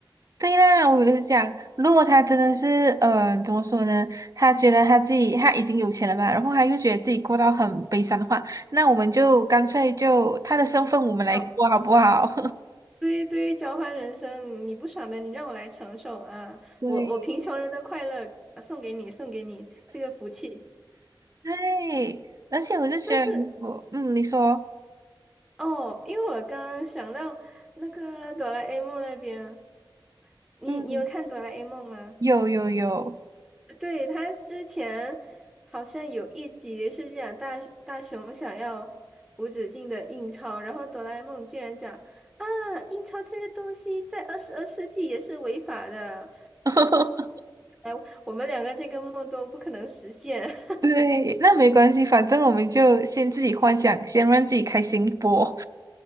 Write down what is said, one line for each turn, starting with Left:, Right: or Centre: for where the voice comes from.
Right: 对啦，我就讲，如果他真的是，呃，怎么说呢？他觉得他自己他已经有钱了嘛，然后他又觉得自己过到很悲伤的话，那我们就干脆就他的身份我们来过好不好？
Centre: 交，对对，交换人生，你不爽的，你让我来承受啊！
Right: <laughs> 对。
Centre: 我我贫穷人的快乐呃送给你，送给你这个福气。
Right: 对，而且我就觉得，
Centre: 但是。
Right: 如果嗯，你说
Centre: 哦，因为我刚刚想到那个哆啦 A 梦那边，你你有看哆啦
Right: 嗯，
Centre: A 梦吗？
Right: 有有有，
Centre: 对，他之前好像有一集是讲大大雄想要无止境的印钞，然后哆啦 A 梦竟然讲啊，印钞这个东西在二十二世纪也是违法的，
Right: <laughs>
Centre: 哎，我们两个这个梦都不可能实现。<laughs>
Right: 对，那没关系，反正我们就先自己幻想，先让自己开心一波。